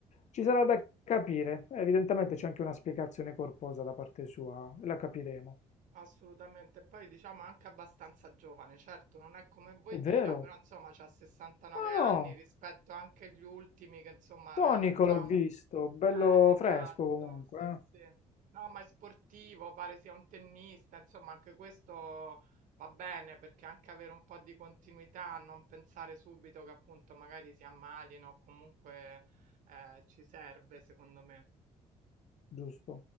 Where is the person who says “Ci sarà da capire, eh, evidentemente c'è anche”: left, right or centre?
Left